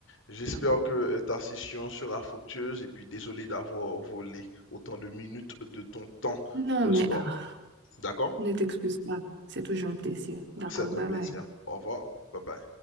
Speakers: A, on the left (about 65°); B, on the right (about 55°).
A: J'espère
B: D'accord.
A: que euh, ta session sera fructueuse et puis désolé d'avoir volé autant de minutes de ton temps
B: Non,
A: de
B: mais
A: sport.
B: ah,
A: D'accord?
B: ne t'excuse pas. C'est toujours un plaisir. D'accord.
A: C'est
B: Bye
A: un plaisir.
B: bye.
A: Au revoir. Bye bye.